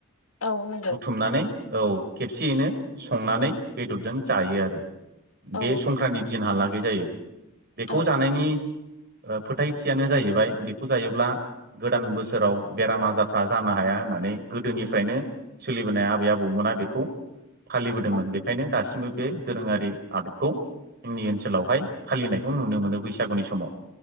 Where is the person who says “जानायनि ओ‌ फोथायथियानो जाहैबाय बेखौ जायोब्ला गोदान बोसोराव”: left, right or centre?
Right